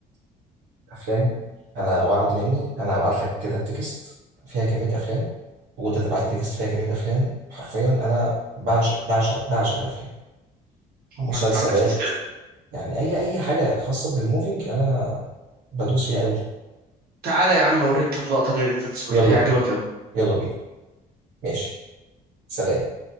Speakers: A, on the right; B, on the right.
A: افلام انا وعد مني انا هبعت لك كده تكست فيها كميه افلام وانت تبعت لي تكست فيها كميه افلام حرفيا انا بعشق بعشق بعشق الافلام مسلسلات
B: ما ما عندكش مشكله
A: يعني اي اي حاجه خاصه بالموفينج انا بدوس فيها قوي
B: تعالى يا عم اوريك كام لقطه للانفنسبل
A: يلا
B: هيعجبك
A: بينا
B: قوي
A: يلا بينا ماشي سلام